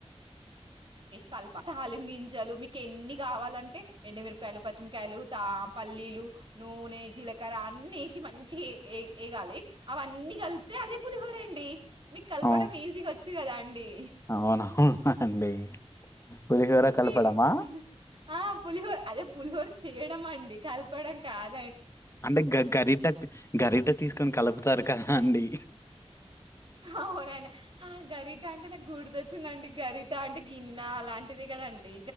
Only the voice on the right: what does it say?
కల్ప తాళి గించాలు మీకు ఎన్ని కావాలంటే ఎండు మిరుపుకాయలు పచ్చిమికాయలు త పల్లీలు నూనె జీలకర్ర అన్ని ఏసి మంచి ఎగాలి అవన్నీ కలిపితే అదే పులిహోర అండి మీకు కలపడం
ఈజీగా వచ్చి కదా అండి
మీకు ఆ పులిహోర అదే పులిహోర చేయడం అండి కలపడం కాదు
అవునండి ఆ గరిట అంటే నాకు గుర్తొ వచ్చిందండి గరిట అంటే గిన్నె అలాంటిదే కదండి